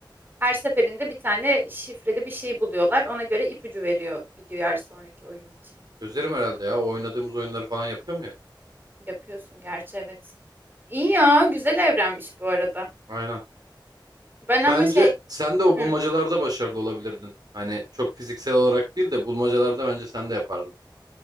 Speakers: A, on the right; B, on the right.
A: Her seferinde bir tane şifreli bir şey buluyorlar. Ona göre ipucu veriyor bir diğer sonraki oyun için.
B: Çözerim herhalde ya. O oynadığımız oyunları falan yapıyor mu hep?
A: Yapıyorsun gerçi evet. İyi ya güzel evrenmiş bu arada.
B: Aynen.
A: Ben
B: Bence
A: ama şey
B: sen de o
A: hı,
B: bulmacalarda başarılı olabilirdin. Hani çok fiziksel olarak değil de bulmacalarda bence sen de yapardın.